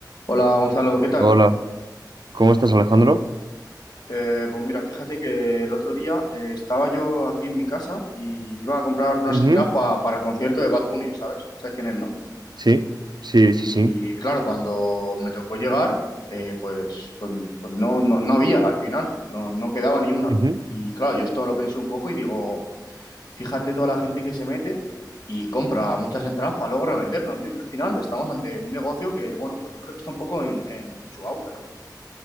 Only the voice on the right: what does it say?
Hola, ¿cómo estás, Alejandro?
Ujú,
Sí, sí,
sí, sí.
Ujú,